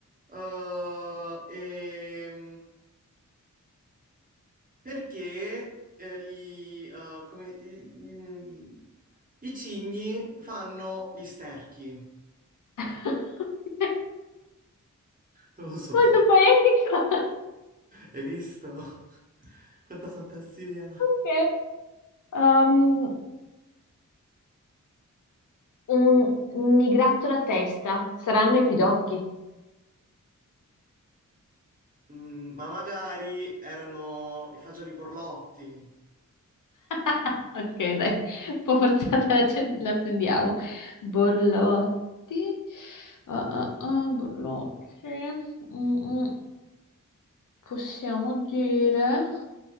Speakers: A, on the right; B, on the left.
A: eh, ehm, perché eh, gli, eh, come- gli- gli- i cigni fanno gli sterchi.
B: <laughs>
A: Non lo so,
B: Molto
A: <laughs>
B: poetico.
A: hai visto? <laughs> Quanta fantasia.
B: Ok. Um, Un migrattolo a testa, saranno i pidocchi.
A: Mm, ma magari erano i fagioli borlotti.
B: <laughs> Ok, dai, un po' forzata la, ce- la prendiamo. Borlotti. Ah, ah, ah, Borlotti. Mm, mm. Possiamo dire...